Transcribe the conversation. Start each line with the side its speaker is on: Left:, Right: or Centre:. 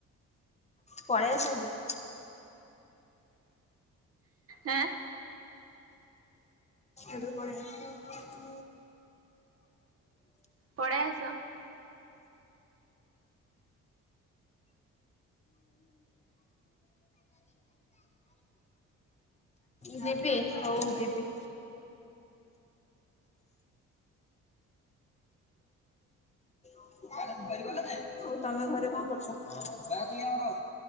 Left: ପଳେଇ ଆସ ଏବେ।
Right: ହାଁ।
Left: ଏବେ ପଳେଇ ଆସ।
Right: ପଳେଇ ଆସ।
Left: ଯିବି ହଉ ଯିବି। ଆଉ ତମେ ଘରେ କଣ କରୁଚ?